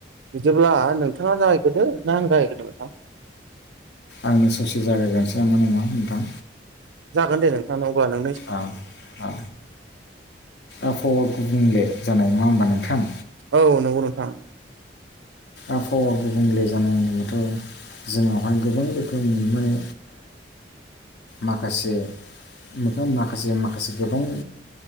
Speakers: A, on the right; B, on the left.
A: बिदिब्ला नोंथाङा जाहैग्रोदो ना आं जागायग्रोनो नोंथां
B: आंनो ससे जागाय गोनोसै नामा नोंथां
A: जागोन दे नों <unintelligible>
B: आ आ आबहावा गुबुंले जानाय नङा होमबा नोंथां
A: औ नंगौ नोंथा
B: आबहावा गुबुंले जानाय होनोबाथ' जोंनावहाय गोबां रोखोमनि माने माखासे माखासे माखासे गोबां